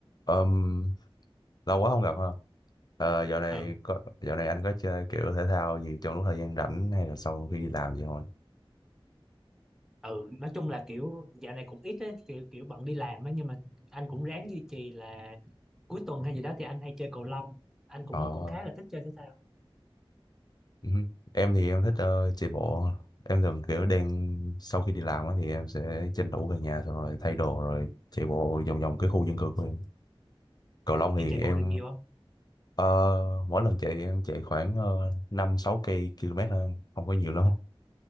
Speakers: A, on the left (about 45°); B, in the centre.
A: Ừm, lâu quá không gặp ha. Ờ, dạo này
B: ừ
A: có, dạo này anh có chơi kiểu thể thao gì trong lúc thời gian rảnh hay là sau khi đi làm gì không anh?
B: ừ nói chung là kiểu dạo này cũng ít á kiểu kiểu bận đi làm á nhưng mà anh cũng ráng duy trì là cuối tuần hay gì đó thì anh hay chơi cầu lông anh cũng
A: Ờ,
B: cũng khá là thích chơi thể thao
A: ừ. Em thì em thích ờ, chạy bộ. Em thường kiểu đang sau khi đi làm á thì em sẽ tranh thủ về nhà xong rồi thay đồ rồi chạy bộ vòng vòng cái khu dân cư của em. Cầu Long thì
B: em chạy
A: em
B: bộ được nhiều không
A: ờ, mỗi lần chạy em chạy khoảng uh, 5 6 cây km hơn, không có nhiều lắm.